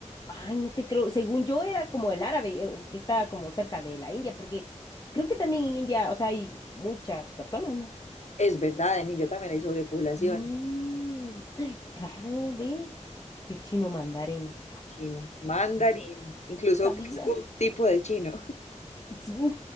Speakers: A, on the left; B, on the left.
A: Ay, no te creo. Según yo era como el árabe, eh, que está como cerca de la India, porque creo que también en India, o sea, hay muchas personas, ¿no?
B: Es verdad, en India también hay sobrepoblación.
A: Mm, ay, raro, ve. El chino mandarín.
B: Chino, mandarín,
A: No
B: incluso
A: sabía.
B: pues un tipo de chino.
A: Sí.